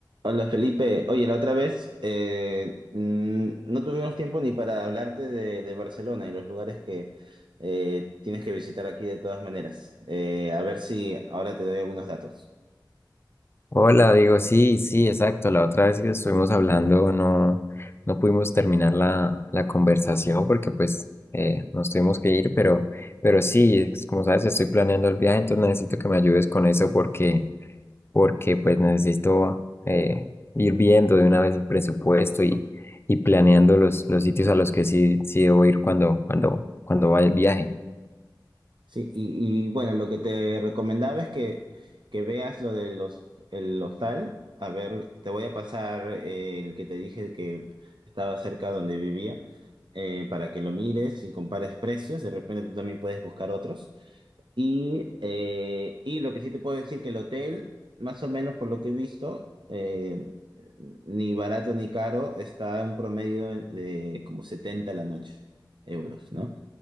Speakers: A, on the right; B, on the left.
A: Hola Felipe, oye, la otra vez eh, mm, no tuvimos tiempo ni para hablarte de, de Barcelona y los lugares que eh, tienes que visitar aquí de todas maneras. Eh, a ver si ahora te doy algunos datos.
B: Hola, digo, sí, sí, exacto. La otra vez que estuvimos hablando no, no pudimos terminar la, la conversación porque pues eh, nos tuvimos que ir, pero, pero sí, es- como sabes, estoy planeando el viaje, entonces necesito que me ayudes con eso porque, porque pues necesito eh, ir viendo de una vez el presupuesto y, y planeando los, los sitios a los que sí, sí debo ir cuando, cuando, cuando vaya el viaje.
A: Sí, y, y, bueno, lo que te recomendaba es que, que veas lo de los, el hostal. A ver, te voy a pasar eh, el que te dije que estaba cerca donde vivía eh, para que lo mires y compares precios. De repente tú también puedes buscar otros. Y, eh, y lo que sí te puedo decir que el hotel, más o menos por lo que he visto, eh, ni barato ni caro, está a un promedio de como 70 a la noche euros, ¿no?